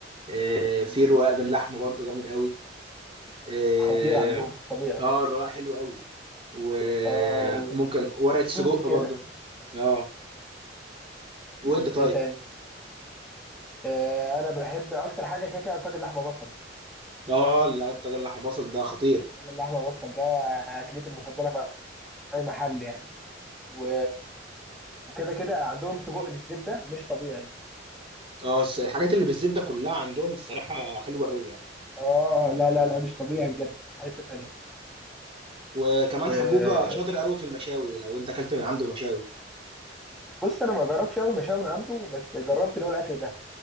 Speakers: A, on the right (about 30°); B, in the centre.
A: آه،
B: مم.
A: في الرقاق باللحمه برضو جامد قوي آه،
B: خطير عندهم مش طبيعي
A: اه الرقاق حلو قوي وممكن
B: اه
A: ورقة سجق
B: جوسي كده
A: برضو اه
B: مم.
A: وانت طيب
B: ايه تاني آه انا بحب اكتر حاجه كده كده طاجن لحمه بصل
A: اه لا الطاجن اللحمة بصل ده خطير
B: طاجن لحمه بصل ده اكلتي المفضله في اي محل يعني و... وكده كده عندهم سجق بالزبده مش طبيعي
A: اه الس- الحاجات اللي بالزبدة كلها عندهم الصراحة حلوة قوي يعني
B: اه لا لا لا مش طبيعي بجد في حته تانيه
A: وكمان
B: وبص
A: حجوجة شاطر قوي في المشاوي لو انت اكلت من عنده مشاوي
B: انا ما جربتش اول مشاوي من عنده بس جربت اللي هو الاكل ده